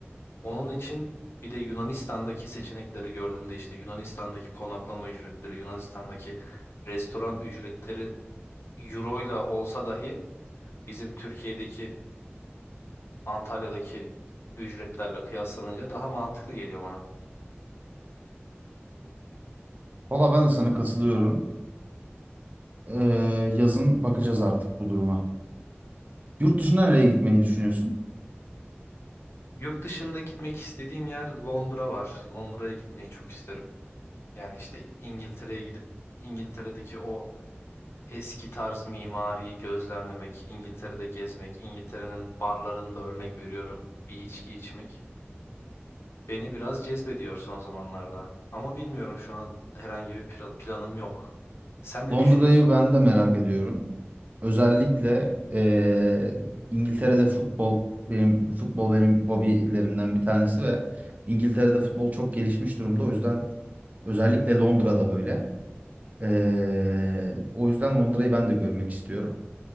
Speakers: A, on the left; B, on the right.
A: Onun için bir de Yunanistan'daki seçenekleri gördüğümde işte Yunanistan'daki konaklama ücretleri, Yunanistan'daki restoran ücretleri euro ile olsa dahi bizim Türkiye'deki Antalya'daki ücretlerle kıyaslanınca daha mantıklı geliyor bana.
B: Valla ben de sana katılıyorum. Ee, yazın bakacağız artık bu duruma. Yurt dışına nereye gitmeyi düşünüyorsun?
A: Yurt dışında gitmek istediğim yer Londra var. Londra'ya gitmeyi çok isterim. Yani işte İngiltere'ye gidip İngiltere'deki o eski tarz mimariyi gözlemlemek, İngiltere'de gezmek, İngiltere'nin barlarında örnek veriyorum bir içki içmek beni biraz cezbediyor son zamanlarda. Ama bilmiyorum şu an herhangi bir pla- planım yok. Sen ne
B: Londra'yı
A: düşünüyorsun?
B: ben de merak ediyorum. Özellikle eee, İngiltere'de futbol benim futbol benim hobilerimden bir tanesi ve İngiltere'de futbol çok gelişmiş durumda. O yüzden özellikle Londra'da böyle. Eee, o yüzden Londra'yı ben de görmek istiyorum.